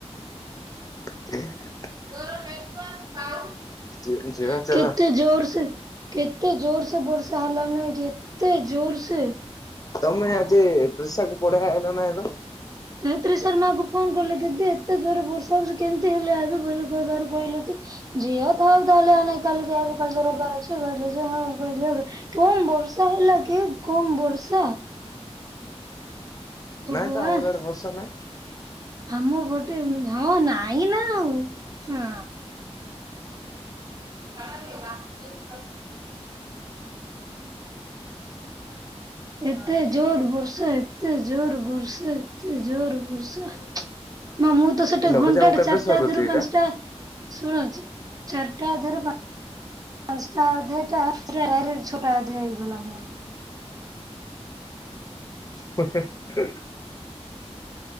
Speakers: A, on the left (about 35°); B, on the right (about 35°).
A: <unintelligible>
B: ତୋର ନେଟୱାର୍କ ପାଉ
A: ଯି ଯିବା ଚାଲ
B: କେତେ ଜୋର ସେ କେତେ ଜୋର ସେ ବର୍ଷା ହେଲାନି କେତେ ଜୋର ସେ।
A: ତମେ ଆଜି କୃଷକ ପଢା ଆଇଲ ନାହିଁ ଏବେ।
B: ଗାୟତ୍ରୀ ଶର୍ମାକୁ ଫୋନ କଲେ ଦିଦି ଏତେ ଜୋରେ ବର୍ଷା ହଉଚି କେମତି ହାଲିଆ ହେବେ ବୋଲି କହିବାରୁ କହିଲୁ କି ଝିଅ ଥାଉ ତାହେଲେ ଆମେ କାଲି ତ ଆଇବୁ କାଲି ତ ରବିବାର ଅଛି <unintelligible> କମ୍ ବର୍ଷା ହେଲା କି କମ୍ ବର୍ଷା ଭଗବାନ
A: ନାଇଁ ତ ଆମର ଆଡେ ବର୍ଷା ନାଇଁ।
B: ଆମ ପଟେ ହଁ ନାଇଁ ନା ଆଉ ହଁ। <unintelligible> ଏତେ ଜୋର ବର୍ଷା ଏତେ ଜୋର ବର୍ଷା ଏତେ ଜୋର ବର୍ଷା ନା ମୁଁ ତ ସେଠୁ
A: ଲଘୁଚାପ
B: ଘଣ୍ଟାଟେ
A: କେବେ
B: ଚାରିଟାରୁ
A: ସରୁଛି ଏଇଟା
B: ପାଂଶଟା ଶୁଣ ଚ ଚାରିଟା ଅଧେରୁ ପା ପାଂଶଟା ଅଧେଟା ଡାଇରେକ୍ଟ ଛଅଟା ଅଧେ ହେଇଗଲା ମୋର।
A: ହେ ହେ <unintelligible>